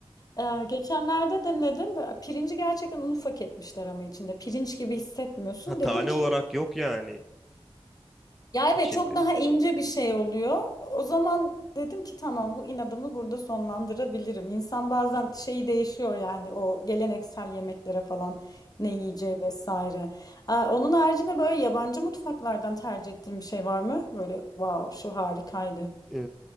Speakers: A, on the left (about 40°); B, in the centre.
A: Ee, geçenlerde denedim. Böyle Pirinci gerçekten un ufak etmişler ama içinde. Pirinç gibi hissetmiyorsun.
B: Ha, tane
A: Dedim ki
B: olarak yok yani
A: ya evet
B: içinde.
A: çok daha ince bir şey oluyor. O zaman dedim ki tamam bu inadımı burada sonlandırabilirim. İnsan bazen şeyi değişiyor yani o geleneksel yemeklere falan ne yiyeceği vesaire. Aa, onun haricinde böyle yabancı mutfaklardan tercih ettiğin bir şey var mı? Böyle wow şu harikaydı.
B: Eee,